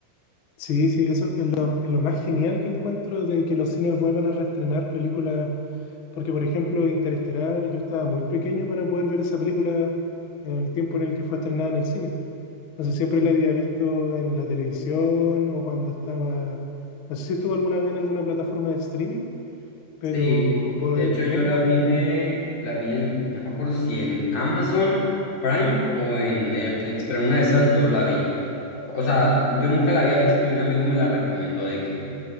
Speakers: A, on the left; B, on the left.
A: Sí, sí, eso es lo, es lo más genial que encuentro de que los cines vuelvan a reestrenar películas, porque por ejemplo Interestelar, yo estaba muy pequeño para poder ver esa película en el tiempo en el que fue estrenada en el cine. Entonces siempre la había visto en la televisión o cuando estaba, no sé si estuvo alguna vez en alguna plataforma de streaming, pero
B: Sí,
A: poder
B: de hecho
A: verla
B: yo la vi
A: otra
B: de,
A: vez.
B: la vi en, no me acuerdo si en Amazon Prime o en Netflix, pero en una de esas dos la vi. O o sea, yo nunca la había visto y un amigo me la recomendó de que,